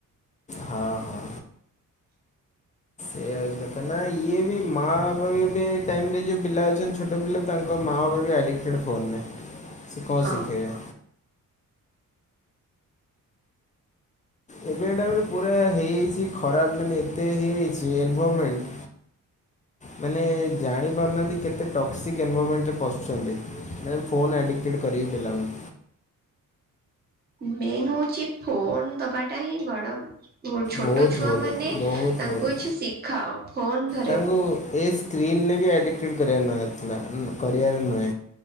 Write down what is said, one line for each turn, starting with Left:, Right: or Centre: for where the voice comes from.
Left: ହଁ ହଁ। ଏଇଆ ହୋଉଚି କଥା। ନା ଇଏ ବି ମା ବାପା ବି ଏବେ ଟାଇମରେ ଯୋଉ ପିଲା ଅଛନ୍ତି ଛୋଟ ପିଲା ତାଙ୍କ ମାଆ ବାପା ବି ଆଡ଼ିକ୍ଟେଡ଼ ଫୋନରେ ସିଏ କଁ
Right: ହଁ
Left: ଶିକେଇବେ? ଏବେ ଏଟା ପୁରା ହେଇଯାଇଛି ଖରାପ ମାନେ ଏତେ ହେଇଯାଇଛି ଏନଭରମେଣ୍ଟ୍। ମାନେ ଜାଣିପାରୁନାହାନ୍ତି କେତେ ଟକ୍ସିକ୍ ଏନଭରମେଣ୍ଟରେ ପଶୁଛନ୍ତି। ମ୍ୟାମ୍ ଫୋନ ଆଡିକଟେଡ଼ କରିବି ପିଲା ମୁଁ।
Right: ମେନ୍ ହଉଛି ଫୋନ ଦବାଟା ହିଁ ବଡ଼ ଭୁଲ ଛୋଟ
Left: ବହୁତ
Right: ଛୁଆ
Left: ଭୁଲ
Right: ମାନେ
Left: ବହୁତ
Right: ତାଙ୍କୁ
Left: ଭୁଲ।
Right: ଇଛି ଶିଖାଅ ଫୋନ ଧ
Left: ତାଙ୍କୁ ଏ ସ୍କ୍ରିନରେ ବି ଆଡ଼ିକଟେଡ଼ କରିଥିଲା ନଥିଲା ଉଁ କରିବାର ନୁହେଁ।